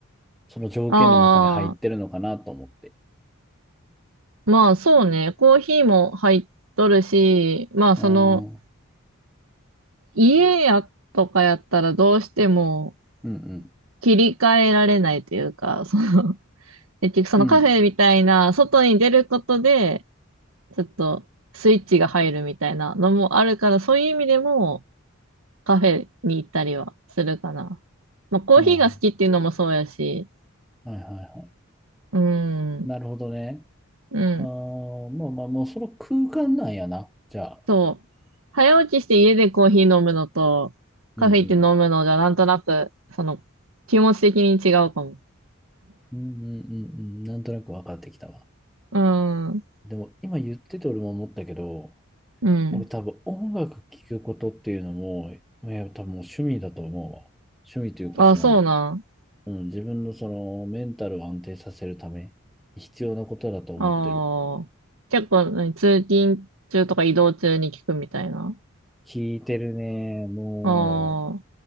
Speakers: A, in the centre; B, on the right.
A: その条件の中に入ってるのかなと思って。
B: ああ、まあそうね、コーヒーも入っとるし、まあその、
A: うんうん
B: 家やとかやったらどうしても、
A: うん。
B: 切り替えられないというか、<laughs> その、結局そのカフェみたいな、
A: うん。
B: 外に出ることで、ちょっとスイッチが入るみたいなのもあるから、そういう意味でもカフェに行ったりはするかな。まあ、コーヒーが好きっていうのもそうやし、
A: あはいはいは
B: うん、
A: い。なるほどね。
B: うん、
A: あーまあまあ、もうその空間なんやな。じゃあ。
B: そう。早起きして家でコーヒー飲むのと、カフェ行って飲むのじゃ、
A: うんうん。
B: なんとなく、その、気持ち的に違うかも。
A: うんうんうんうん。なんとなく分かってきたわ。
B: うん、
A: でも今言ってて俺も思ったけど、
B: うん。
A: 俺多分音楽聴くことっていうのも、まあ、やっぱ多分もう趣味だと思うわ。趣味というかその、
B: あ、そうなん。
A: うん、自分のそのメンタルを安定させるために必要なことだと思ってる。
B: ああ。結構、何通勤中とか移動中に聞くみたいな。
A: 聴いてるね。も
B: あ